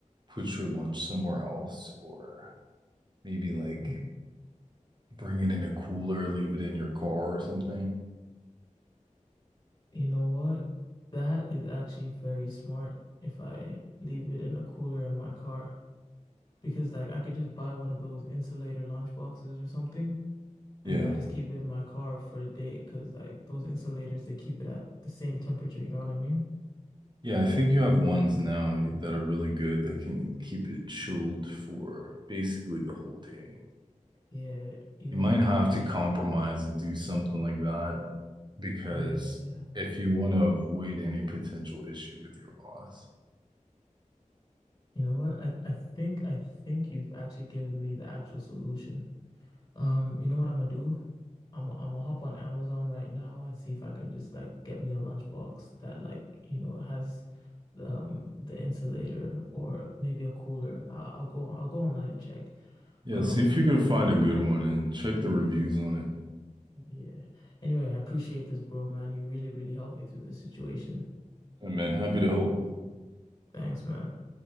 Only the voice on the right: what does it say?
put your lunch somewhere else or maybe like
bring it in a cooler, leave it in your car or something?
Yeah.
Yeah, I think you have ones now that are really good that can keep it chilled for basically the whole day.
You
might
have
to compromise and do something like that because
if you want to avoid any potential issue with your boss,
yeah,
see if you can find a good one and check the reviews on it.
And man, happy to help.